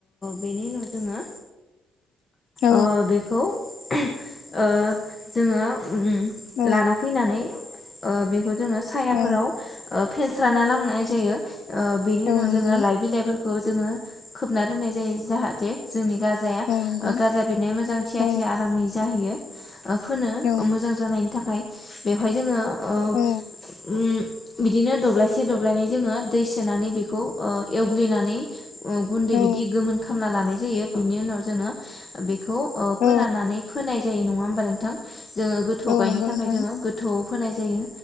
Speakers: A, on the left; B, on the left.
A: बेनि उनाव जोङो
B: औ
A: ओ बेखौ ओ जोङो उम
B: औ
A: लाना फैनानै ओ बेखौ जोङो सायाफोराव
B: औ
A: ओ फेनस्राना लामनाय जायो ओ बेनि
B: औ
A: उनाव
B: नंगौ
A: जोङो लाइ बिलाइफोर खौ जोङो खोबना दोननाय जायो जाहाथे जोंनि गाजाया
B: औ नंगौ
A: गाजा बेरनाया मोजां थिया
B: औ
A: थिया आरामै जाहैयो। ओ फोनो
B: औ
A: मोजां जानायनि थाखाय बेवहाय जोङो ओ
B: औ
A: उम बिदिनो दब्लायसे दब्लायनै जोंङो दै सोनानै बेखौ ओ एवग्लिनानै ओ गुन्दै
B: औ
A: बिदि गोमोन खामना लानाय जायो बेनि उनाव जोंङो बेख खौ ओ फोरानानै
B: औ
A: फोनाय जायो नंङा हबा नोंथां जोंङो गोथौ
B: औ
A: गायनो
B: नंगौ
A: थाखाय
B: नोंथां
A: जोंङो गोथौ फोनाय जायो